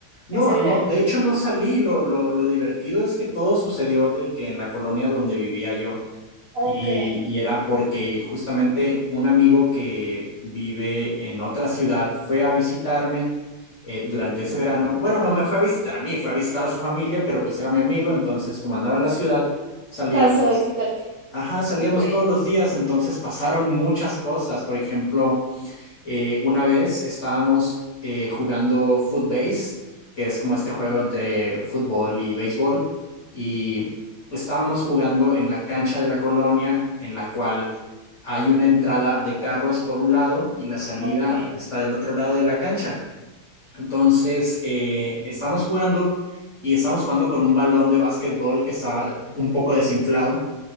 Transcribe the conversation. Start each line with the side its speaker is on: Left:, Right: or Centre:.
Left: no,
Right: ese verano?
Left: no, de hecho no salí, lo, lo, lo divertido es que todo sucedió de que en la colonia donde vivía yo,
Right: Ok.
Left: y, y era porque justamente un amigo que vive en otra ciudad fue a visitarme eh, durante ese
Right: Ujú.
Left: verano. Bueno, no me fue a visitar a mí, fue a visitar a su familia, pero pues era mi amigo, entonces como andaba en la ciudad, salíamos,
Right: Pasó a visitarte.
Left: ajá, salíamos
Right: Ok.
Left: todos los días, entonces pasaron muchas cosas. Por ejemplo, eh, una vez estábamos eh, jugando Footbase, que es como este juego
Right: Ujú.
Left: entre fútbol y béisbol, y estábamos jugando en la cancha de la colonia, en la cual hay una entrada de carros por un lado y la salida
Right: Ok.
Left: está del otro lado de la cancha. Entonces, eh, estamos jugando y estamos jugando con un balón de básquetbol que estaba un poco desinflado